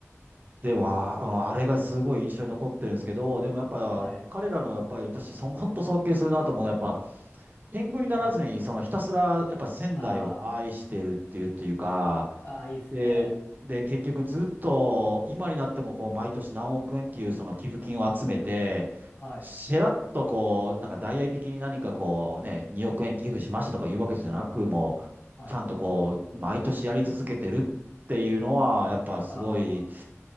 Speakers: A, on the right; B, on the left.
A: でも、あうんあれがすごい印象に残ってるんですけど、でもやっぱ、
B: はい。
A: 彼らのやっぱり私、そ本当尊敬するなと思うのは、やっぱ、天狗にならずに、
B: はい。
A: そのひたすら、やっぱ仙台を愛してるっていう、
B: あ
A: っていうか、
B: あ、ああ、いいですね。
A: で、で、結局ずっと今になってもこう毎年何億円っていうその寄付金を集めて、
B: はい。
A: しらっとこう、なんか大々的に何かこうね、2億円寄付しましたとかいうわけじゃなく、もうちゃんとこう、
B: はい。
A: 毎年やり続けてるっていうのは、やっぱすごい、
B: ああ、